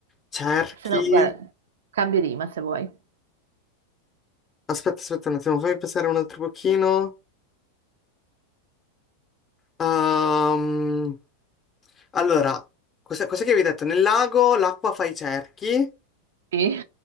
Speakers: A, on the left; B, on the right.
A: cerchi.
B: Se no, guarda, cambio rima se vuoi.
A: Aspetta, aspetta un attimo, fammi pensare un altro pochino. Ehm, allora, cos'è cos'è che avevi detto? Nel lago l'acqua fa i cerchi.
B: Sì.